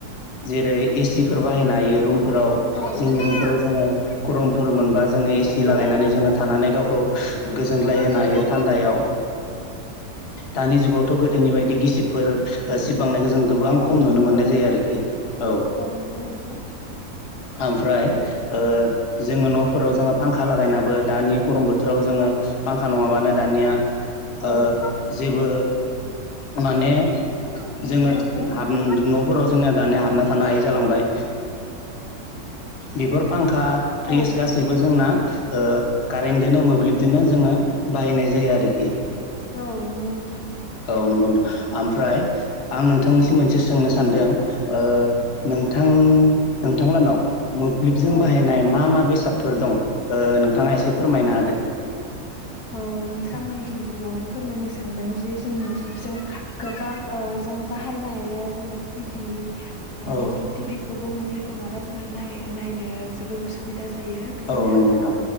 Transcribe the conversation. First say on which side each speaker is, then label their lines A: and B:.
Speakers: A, on the left; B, on the left.
A: जेरै एसिफोर बाहायनो हायो रुमफोराव
B: औ
A: जोंनि
B: नंगौ
A: रुमफोराव जोङो
B: नोंथां
A: गरमफोर मोनबा जोङो
B: नंगौ
A: एसि
B: नोंथां
A: लागायनानै जोङो थानानै गावखौ
B: नंगौ
A: गोजोनग्लाय होनो
B: नोंथां
A: हायो थान्दायाव। दानि जुगावथ' गोदोनि बायदि गिसिब फोर सिबांनायखौ जों गोबां
B: औ
A: खम नुनो
B: नंगौ
A: मोननाय
B: नोंथां
A: जायो आरोखि औ।
B: नंगौ नोंथां औ
A: ओमफ्राय
B: औ
A: ओ जोङो न'फोराव जोङो फांखा लागायनाबो दानि गरम बोथोराव जोङो फांखा नङाबानो दानिया
B: औ
A: ओ जेबो माने
B: नंगौ
A: जोङो
B: नोंथां नंगौ
A: न'फोराव जोंना दानिया हाबना थानो हायि जालांबाय बेफोर फांखा फ्रिज
B: औ
A: गाससिबो बो जोंना ओ कारेन्टजोंनो मोब्लिबजोंनो जोङो बाहायनाय जायो आरोखि।
B: औ नंगौ नोंथां नंगौ।
A: औ नंगौ आओमफ्राय आं नोंथांनिसिम मोनसे सोंनो सानदों ओ नोंथांलानाव मोब्लिबजों
B: औ
A: बाहायनाय मा मा बेसादफोर दं नोंथाङा एसे फोरमायनो हादो।
B: औ नोंथां आं गिबि गिबियावनो फोरमायनो सानदों जे जों मोब्लिब जों गोबां जोङो बाहायनो हायो जोङो टि भि माने
A: औ
B: जों टिभि खौबो मोब्लिब नङाबा जोङो नाय नायनो जोबोर उसुबिदा जायो बिदिनो
A: औ नंगौ नोंथां